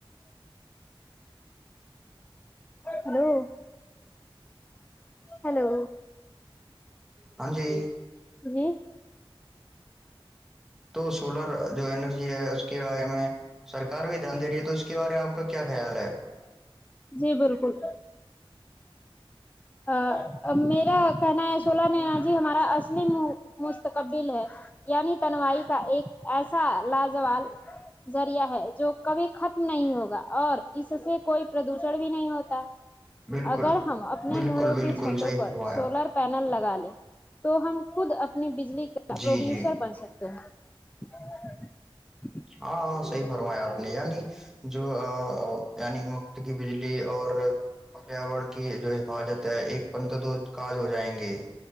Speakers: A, on the left; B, in the centre.
A: ہلو ہیلو
B: ہاں جی
A: جی
B: تو سولر جو اینرجی ہے اس کے بارے میں سرکار بھی دھیان دے رہی ہے تو اس کے بارے میں آپ کا کیا خیال ہے
A: جی بالکل ا میرا کہنا ہے سولہ نینا جی ہمارا اصلی مستقبل ہے یعنی تنوائی کا ایک ایسا لاازوال ذریعہ ہے جو کبھی ختم نہیں ہوگا اور اس سے کوئی پردوشن بھی نہیں ہوتا
B: بالکل
A: اگر ہم اپنے
B: بالکل
A: گھروں
B: بالکل
A: کی چھتوں
B: صحیح
A: پر
B: فرمایا
A: سولر پینل لگا لیں تو ہم خود اپنے اپنی بجلی کا
B: جی
A: پروڈیوسر
B: جی
A: بن سکتے ہیں چ
B: ہاں ہاں صحیح فرمایا آپ نے یعنی جو یعنی کی بجلی اور پریاور کی جو ہے کہ جاتا ہے ایک پنتر دو کاج ہو جائیں گے